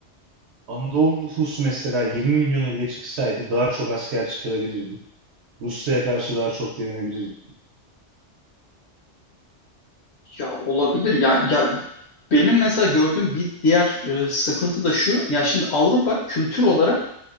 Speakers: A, on the right (about 70°); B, on the left (about 70°).
A: Anadolu nüfusu mesela 20 milyona bile çıksaydı daha çok asker çıkarabilirdi. Rusya'ya karşı daha çok direnebilirdi.
B: Ya olabilir ya ya benim mesela gördüğüm bir diğer e, sıkıntı da şu. Ya şimdi Avrupa kültür olarak